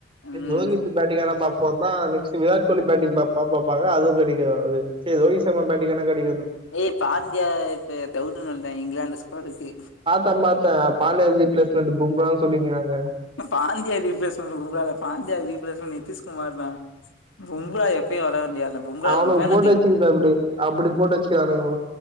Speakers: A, on the left; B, on the right.
A: ம்
B: இப்போ ரோஹித் பேட்டிங் ஆனா அப்ரோ தான் நெஸ்ட் விராட் கோலி பேட்டிங் பாப் பாப்பாங்க அவும் கிடைகாது ஆனா ரோஹித் சர்மா பேட்டிங் ஆனா கிடை
A: ஏய் பாண்டியா இப்ப டவுட்னு வந்துட்டான் இங்கிலாந்து ஸ்கோர் கு
B: பாத்தன் பாத்தன் பாண்டியாகு ரிப்லேஸ்மன்டு பும்பானு சொல்லிக்கிறாங்க
A: பாண்டியா ரிபிளேஸ்மெண்ட் பும்ரா இல்ல பாண்டியா ரிபிளேஸ்மெண்ட் நிதிஷ் குமார் தா கும்புரா எப்பயும் வர வேண்டிய ஆளு பும்ரா
B: அவனுக்கு
A: இவன
B: போட்டு வச்சிக்கது அப்டி அப்டி போட்டு வச்சுக்கனுறானுங்க